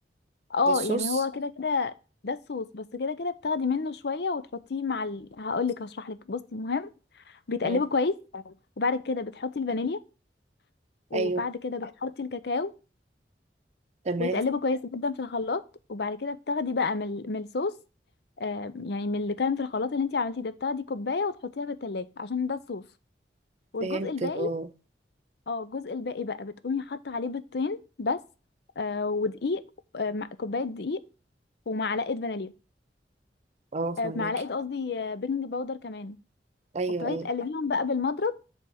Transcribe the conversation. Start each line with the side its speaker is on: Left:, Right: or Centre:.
Left: اه
Right: ده الصوص
Left: يعني هو كده كده ده الصوص بس كده كده بتاخدي منه شويه وتحطيه مع ال... هقول لك هشرح لك بصي المهم بتقلبه
Right: مم.
Left: كويس وبعد كده بتحطي الفانيليا وبعد
Right: ايوه
Left: كده بتحطي الكاكاو
Right: تمام
Left: ويتقلبوا كويس جدا في الخلاط وبعد كده بتاخدي بقى من ال- من الصوص آه، يعني من اللي كان في الخلاط اللي انت عملتيه ده بتاخدي كوبايه وتحطيها في التلاجة عشان ده الصوص والجزء
Right: فهمت
Left: الباقي
Right: اه
Left: اه الجزء الباقي بقى بتقومي حاطه عليه بيضتين بس آه ودقيق آه مع- كوبايه دقيق ومعلقه فانيليا
Right: اه فهمك
Left: آه معلقه قصدي آه بيكنج باودر كمان
Right: ايوه
Left: وبتقعدي
Right: ايوه
Left: تقلبيهم بقى بالمضرب